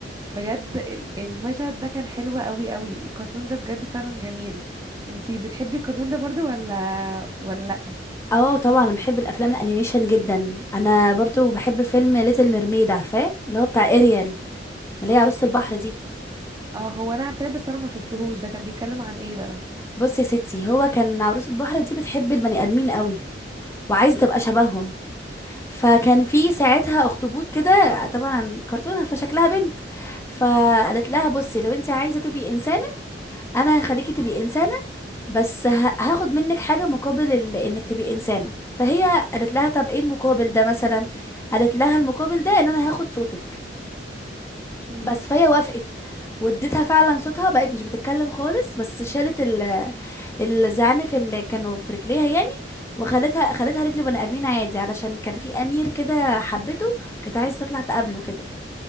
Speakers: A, on the right; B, on the left.
A: بجد ال- المشهد ده كان حلو قوي قوي الكرتون ده بجد فعلا جميل انتي بتحبي الكرتون ده برضو ولا ولا
B: اه طبعا انا بحب الافلام الانيميشن جدا انا برضو بحب فيلم ليتل ميرميد عارفاه اللي هو بتاع اريال اللي هي عروسة البحر دي
A: اه هو انا عارفاه بس انا ما شفتهوش ده كان بيتكلم عن ايه بقى
B: بص يا ستي هو كان عروسة البحر دي بتحب البني آدمين قوي وعايزة تبقى شبههم فكان في ساعتها اخطبوط كده طبعا كرتونة فشكلها بنت فقالت لها بصي لو انت عايزة تبقي إنسانة انا هخليكي تبقي إنسانة بس ه- هاخد منك حاجة مقابل ال... انك تبقي إنسانة فهي قالت لها طب ايه المقابل ده مثلا قالت لها المقابل ده ان انا هاخد صوتك
A: امم
B: بس فهي وافقت واديتها فعلا صوتها بقت مش بتتكلم خالص بس شالت ال الزعانف اللي كانوا في رجليها يعني وخلتها خلتها رجل بني ادمين عادي علشان كان في امير كده حبته كانت عايزه تطلع تقابله كده